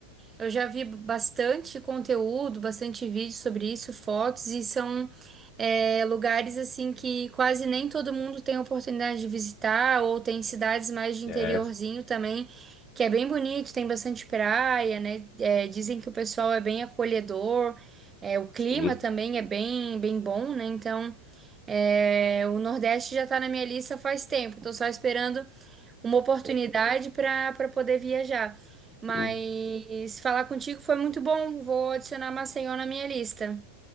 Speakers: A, on the right (about 20°); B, on the left (about 35°).
A: Eu já vi bastante conteúdo, bastante vídeo sobre isso, fotos, e são é, lugares assim que quase nem todo mundo tem oportunidade de visitar, ou tem cidades mais de
B: É,
A: interiorzinho também, que é bem bonito, tem bastante praia, né? É, dizem que o pessoal é bem acolhedor, é, o clima
B: sim.
A: também é bem, bem bom, né? Então, é, o Nordeste já tá na minha lista faz tempo, tô só esperando uma oportunidade para para poder viajar. Mas
B: <laughs>
A: falar contigo foi muito bom. Vou adicionar Maceió na minha lista.